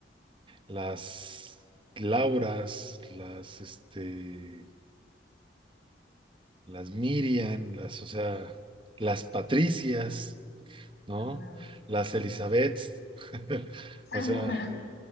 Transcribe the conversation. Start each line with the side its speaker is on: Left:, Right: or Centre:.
Right: las Lauras, las, este, las Miriam, las, o sea, las Patricias, ¿no?
Left: ah, ok.
Right: Las Elizabeths, <laughs>
Left: <laughs>
Right: o sea,